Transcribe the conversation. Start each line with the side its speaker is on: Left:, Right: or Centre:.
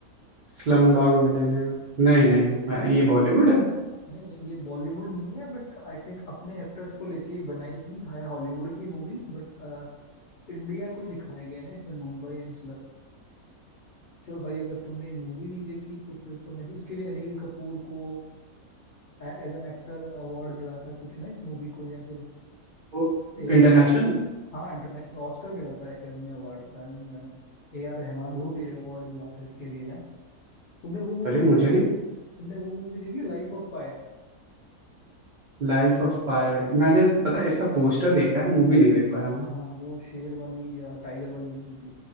Right: Slumdog millionaire नहीं
Left: हाँ
Right: नहीं मैं
Left: ये नहीं
Right: ये बॉलीवुड है
Left: नहीं नहीं, ये बॉलीवुड नहीं है बट आई थिंक अपने एक्टर्स को लेके ही बनाई थी है हॉलीवुड की मूवी बट इंडिया को ही दिखाया गया है ना इसमें मुंबई एंड चलो भाई अगर तुमने मूवी नहीं देखी तो फिर तो मैं जिसके लिए अनिल कपूर को एज एन एक्टर अवार्ड मिला था कुछ ना इस मूवी को या फिर
Right: वो
Left: ए आर
Right: इंटरनेशनल
Left: रहम हाँ इंटरनेशनल ऑस्कर मिला था Academy Award and A R Rahman
Right: ओके
Left: को भी अवार्ड मिला था इसके लिए ना तुमने वो मूवी
Right: अरे
Left: देखी
Right: मुझे
Left: है भाई
Right: नहीं
Left: तुमने वो मूवी देखी है लाइफ ऑफ पाई
Right: Life of pi मैंने पता है इसका पोस्टर देखा है मूवी नहीं देख पाया मैं
Left: हाँ हाँ वो शेर वाली अ, टाइगर वाली मूवी थी